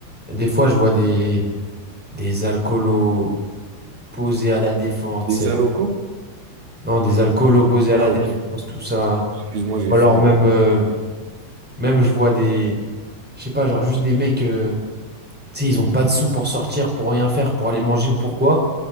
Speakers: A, in the centre; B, on the right (about 85°).
A: Et Des fois, je vois des, des alcoolos posés à la défense. tu
B: Des
A: sais,
B: allocaux?
A: en- Non, des alcoolos posés à
B: Ah,
A: la défense,
B: ok.
A: tout ça.
B: Excuse-moi, j'ai
A: Ou alors
B: faim.
A: même, euh, même je vois des... Je sais pas, genre juste des mecs... euh, tu sais, ils ont pas de sous pour sortir, pour rien faire, pour aller manger. Pourquoi?